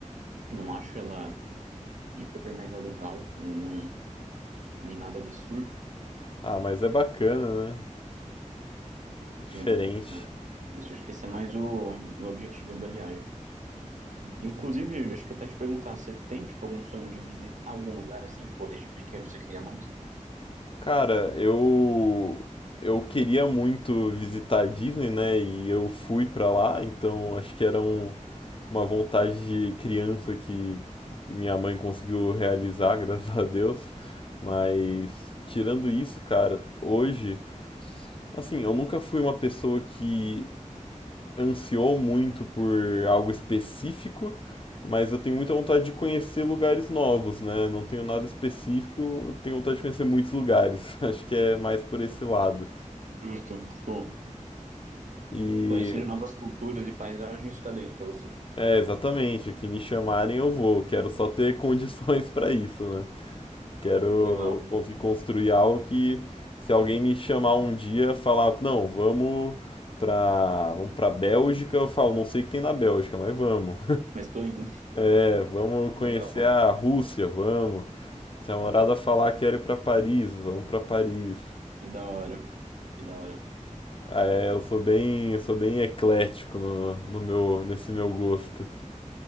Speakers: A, on the right; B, on the left.
A: não acho ela hiper mega legal, né? Nenhum, nem nada absurdo,
B: Ah, mas é bacana, né? É diferente.
A: né? Esse, acho que esse é mais o, o objetivo ali da viagem. Inclusive, acho que até te perguntar, você tem tipo algum sonho de visitar algum lugar assim que pô, desde pequeno você queria muito?
B: Cara, eu eu queria muito visitar a Disney, né? E eu fui pra lá, então acho que era um- uma vontade de criança que minha mãe conseguiu realizar, <laughs> graças a Deus. Mas tirando isso, cara, hoje, assim, eu nunca fui uma pessoa que ansiou muito por algo específico, mas eu tenho muita vontade de conhecer lugares novos, né? Não tenho nada específico, eu tenho vontade de conhecer muitos lugares. <laughs> Acho que é mais por esse lado.
A: Justo, tipo,
B: E
A: Conhecendo novas culturas e paisagens está dentro pra você.
B: é exatamente, o que me chamarem eu vou. Quero só ter condições <laughs> para isso, né? Quero
A: Legal.
B: conseguir construir algo que se alguém me chamar um dia, falar, não, vamos pra, vamos pra Bélgica, eu falo, não sei o que tem na Bélgica, mas vamos.
A: Mas tô indo.
B: É, vamos conhecer
A: Legal.
B: a Rússia, vamos. Se a namorada falar que quero ir pra Paris, vamos pra Paris.
A: Que da hora. Que da hora.
B: Ah, É, eu sou bem, eu sou bem eclético no, no meu, nesse meu gosto.